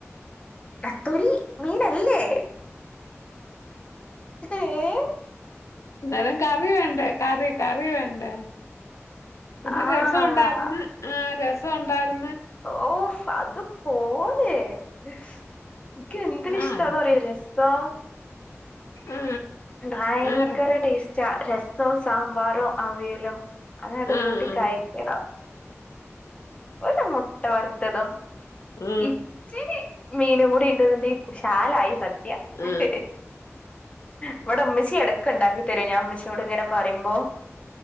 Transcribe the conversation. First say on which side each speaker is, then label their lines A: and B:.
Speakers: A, on the left (about 25°); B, on the left (about 80°).
A: നത്തോലി മീനല്ലേ. ഏഹ്
B: നേരം കറി വേ കറി കറി വേണ്ടേ പിന്നെ
A: ആഹ്
B: രസോണ്ടായിരുന്നു ആ രസ രസോണ്ടായിരുന്നു.
A: ഓഫ് അത് പോരെ. എനിക്ക് എന്തൊരു
B: ആ ആ
A: ഇഷ്ടാന്നറിയോ
B: അതെ
A: രസോ
B: ആ ആ
A: ഭയങ്കര
B: ആ
A: ടേസ്റ്റാ രസവും സാമ്പാറും അവിയലും. അതായിട്ട്.
B: ആ ആ ആ
A: കൂട്ടി
B: ആ
A: കഴിക്കണം. ഒരു മുട്ട വറുത്തതും
B: ആ
A: ഇത്തിരി മീനും കൂടി ഇണ്ടതിന്റെ ശാലായി സദ്യ. സദ്യ,
B: ആ ആ
A: ഇവിടെ ഉമ്മച്ചി ഇടക്ക് ഉണ്ടാക്കി തരും ഞാൻ ഉമ്മച്ചിയോടിങ്ങനെ പറയുമ്പോ